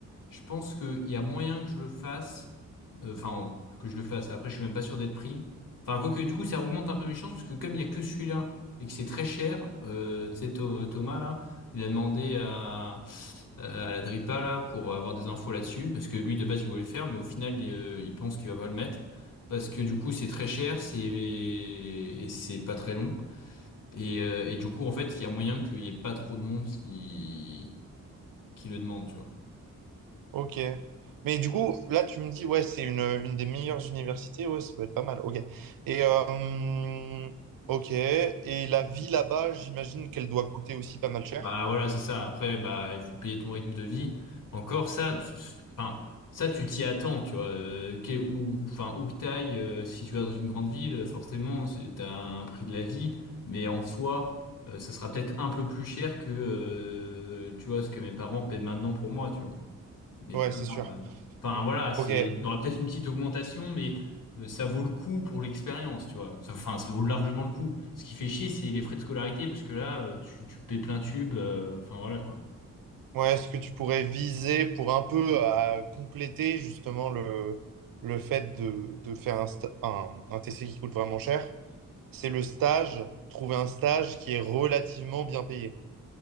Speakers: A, on the left; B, on the right.
A: je pense qu'il y a moyen que je le fasse, euh, enfin, que je le fasse. Après, je suis même pas sûr d'être pris. Enfin, quoique, du coup, ça augmente un peu mes chances, parce que comme il y a que celui-là, et que c'est très cher, euh, tu sais, Tho- Thomas, là, il a demandé à, à la Dripa, là, pour avoir des infos là-dessus, parce que lui, de base, il voulait le faire, mais au final, il, euh, il pense qu'il va pas le mettre. Parce que du coup c'est très cher, c'est et c'est pas très long. Et, euh, et du coup, en fait, il y a moyen qu'il y ait pas trop de monde qui, qui le demande, tu vois.
B: Ok. Mais du coup, là, tu me dis, ouais, c'est une, une des meilleures universités. Ouais, ça peut être pas mal. Ok. Et, euh, ok. Et la vie là-bas, j'imagine qu'elle doit coûter aussi pas mal cher.
A: Bah voilà, c'est ça. Après, bah il faut payer ton rythme de vie. Encore ça, tu- enfin ça tu t'y attends, tu vois. Euh, quel- où, enfin où que t'ailles, euh, si tu vas dans une grande ville, forcément, c'est t'as un prix de la vie, mais en soi, euh, ça sera peut-être un peu plus cher que euh, tu vois ce que mes parents paient maintenant pour moi, tu vois. Mais
B: Ouais,
A: pas.
B: c'est sûr.
A: euh, Enfin
B: O-
A: voilà, c'est
B: Ok.
A: il y aura peut-être une petite augmentation, mais euh, ça vaut le coup pour l'expérience, tu vois. Ça- Enfin, ça vaut largement le coup. Ce qui fait chier, c'est les frais de scolarité, parce que là, euh, tu, tu paies plein tube. euh, Enfin voilà quoi.
B: Ouais, est-ce que tu pourrais viser pour un peu à compléter justement le, le fait de, de faire un, sta- un, un TC qui coûte vraiment cher? C'est le stage, trouver un stage qui est relativement bien payé.